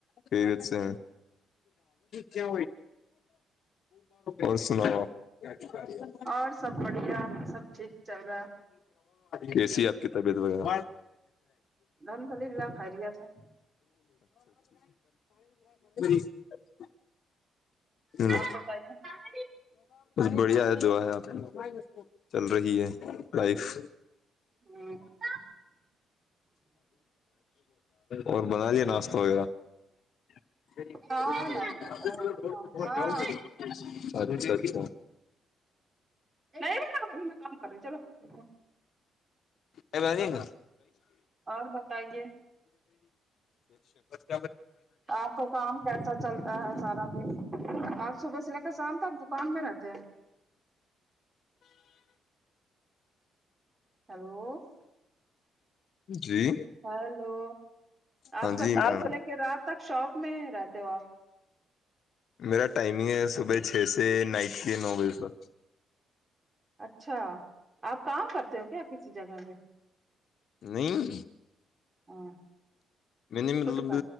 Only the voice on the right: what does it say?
اور سب بڑھیا سب ٹھیک چل رہا
ہے، الحمد للہ خیریت ہے
<unintelligible>
<unintelligible>
ہاں ناشتہ وغیرہ ہوگا ہاں ہاں نہیں میں ن ہو میں کام کر رہی چلو <unintelligible>
اور بتائیے
آپ کا کام کیسا چلتا ہے سارا دن آج صبح سے لے کر شام ت آ کام میں رہتے ہیں ہیلو
ہیلو آپ
کا
صبح
سے لے کے رات تک شاپ میں رہتے ہو آپ
اچھا آپ کام کرتے ہو کیا کسی جگہ پہ
ہاں <unintelligible>
خود کا